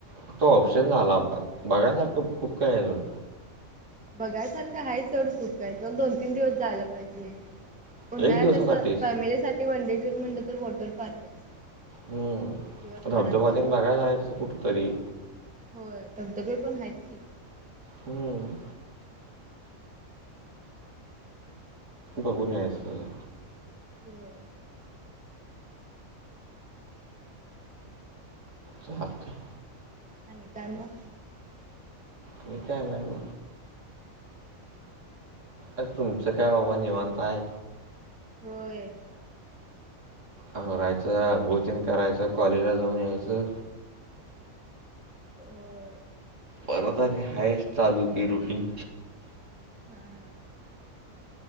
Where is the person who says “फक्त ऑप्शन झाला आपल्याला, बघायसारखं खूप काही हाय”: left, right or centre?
Right